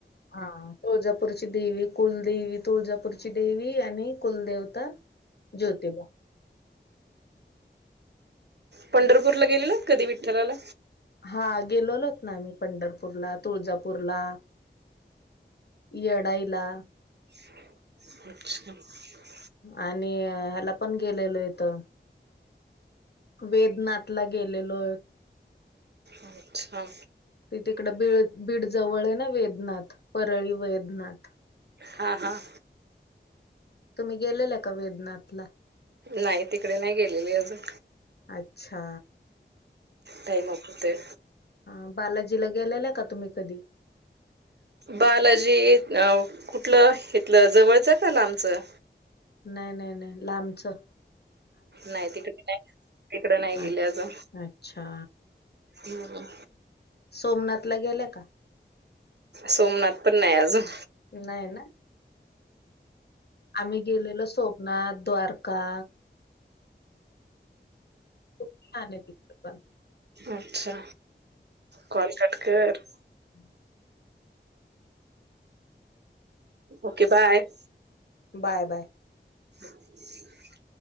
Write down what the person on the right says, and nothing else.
पंढरपूरला गेलेलात कधी विठ्ठलाला?
<inaudible> <inaudible>
अच्छा.
हा हा.
नाय तिकडे नाय गेलेली अजून.
टाईम कुठे.
बालाजी अ कुठलं हितलं जवळचं का लामचं?
नाही तिकडं नाही तिकडं नाही
गेले अजून
हम्म
सोमनाथ तर नाही, अजून
अच्छा कॉल कट कर.
ओके बाय
<unintelligible>